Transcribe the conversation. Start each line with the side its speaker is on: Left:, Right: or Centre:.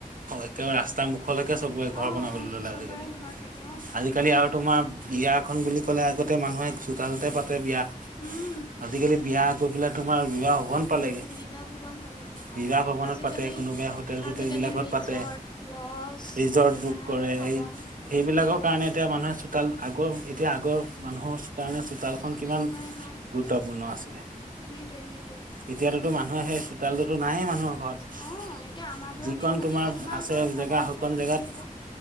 Right: একেবাৰে ৰাস্তা মুখ খলৈকে চবে ঘৰ
Left: অ
Right: বনাবলৈ
Left: অ
Right: ল'লে
Left: চবৰে
Right: আজিকালি
Left: ঘৰ থাকে অ
Right: আজিকালি আৰু তোমাৰ বিয়াখনন বুলি ক'লে আগতে মানুহে চোতালতে পাতে বিয়া।
Left: উম
Right: আজিকালি বিয়া গৈ পেলাই তোমাৰ বিবাহ ভবন পালেগে
Left: বিবাহ ভৱন পালেগে হয়
Right: বিবাহ ভৱনত
Left: আজিকালি
Right: পাতে কোনোবাই হোটেল চোটেল
Left: আজিকালি
Right: বিলাকত
Left: ৰিজৰ্ট
Right: পাতে।
Left: লজ
Right: ৰিজৰ্ট
Left: তোমাৰ
Right: বুক কৰে
Left: ভৱন
Right: এই সেইবিলাকৰ
Left: উম
Right: কাৰণে এতিয়া মানুহে চোতাল আগৰ এতিয়া আগৰ মানুহৰ কাৰণে চোতালখন কিমান
Left: হয় হয়
Right: গুৰুত্বপূৰ্ণ আছিলে,
Left: সেইটোৱে সেইটোৱে।
Right: এতিয়াতো মুহে সেই চোতালটোতো নাইেই মানুহৰ ঘৰত।
Left: অ', এতিয়া আমাৰবোৰৰ
Right: যিকণ
Left: বিয়া পাতিলেও
Right: তোমাৰ আছে
Left: হয় ভৱনতহে
Right: জেগা সেইকন
Left: পাতিব
Right: জেগাত,
Left: লাগিব।